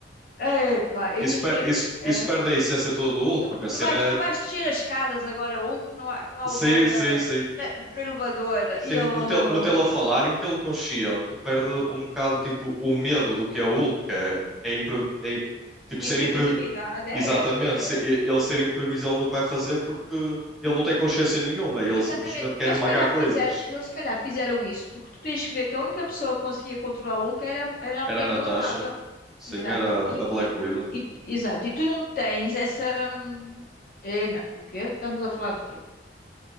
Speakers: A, on the left; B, in the centre.
A: Epá, em,
B: Isso,
A: em
B: per-
A: que.
B: isso-
A: eh,
B: isso perde a essência toda do Hulk,
A: Tu,
B: porque
A: va-
B: a cena
A: tu vais,
B: é.
A: tu vais descer as escadas agora, ou que não há, que não há
B: Sim,
A: lugar na,
B: sim, sim.
A: na- no elevador.
B: Sim,
A: E eu. <laughs>
B: metê-lo metê-lo a falar e metê-lo consciente perde um bocado tipo o medo do que é o Hulk, que é, é impre- é, tipo
A: imprevisibilidade.
B: ser impre,
A: É,
B: exatamente,
A: é, é,
B: se-
A: é.
B: e- ele ser imprevisível no que vai fazer porque ele não tem consciência nenhuma, ele
A: Exatamente.
B: simplesmente quer
A: Eles
B: esmagar
A: se calhar
B: coisas.
A: fizeram, eles se calhar fizeram isso, porque tu tens que ver que a única pessoa que conseguia controlar o Hulk era, era a mulher
B: Era a Natasha,
A: que ele amava.
B: sim,
A: Exato.
B: era
A: E,
B: a Black
A: e,
B: Widow.
A: e- exato. E tu não tens essa. hum, É, não. O quê? Estamos a falar do quê?